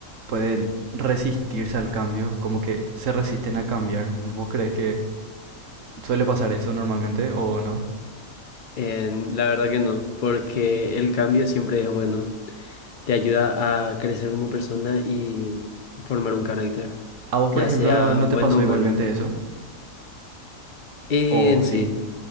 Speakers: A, on the right (about 65°); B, on the left (about 55°).
A: pueden resistirse al cambio, como que se resisten a cambiar? ¿Vos crees que Suele pasar eso normalmente, o no.
B: En- la verdad que no, porque el cambio siempre es bueno. te ayuda a crecer como persona y formar un carácter,
A: ¿A vos,
B: ya
A: por ejemplo,
B: sea
A: no
B: bueno
A: te pasó
B: o
A: igualmente
B: malo.
A: eso?
B: Y
A: ¿O
B: en
A: sí?
B: sí,